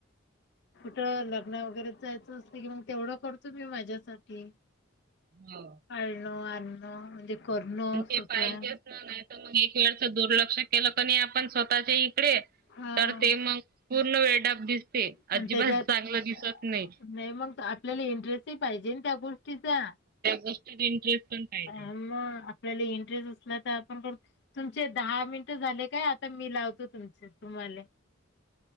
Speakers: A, on the left (about 60°); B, on the right (about 50°).
A: तर लग्न वगैरे जायचं असलं, की मग तेवढं करतो मी माझ्यासाठी
B: हो
A: अळणो, अरणो म्हणजे करणं
B: ते
A: स्वतः
B: पाहिजेच ना, नाही तर मग एक वेळच दुर्लक्ष केलं क नाही आपण स्वतःच्या इकडे
A: हा.
B: तर ते मग पूर्ण वेळडाब दिसते,
A: आणि
B: अजिबात
A: त्याच्यात
B: चांगलं दिसत नाही.
A: नाही मग आपल्याला इंटरेस्टही पाहिजे ना त्या गोष्टीचा.
B: त्या गोष्टीत इंटरेस्ट पाहिजे.
A: अ मग आपल्याला इंटरेस्ट असला, तर आपण करतो तुमचे दहा मिनट झाले काय? आता मी लावतो तुमचे तुम्हाले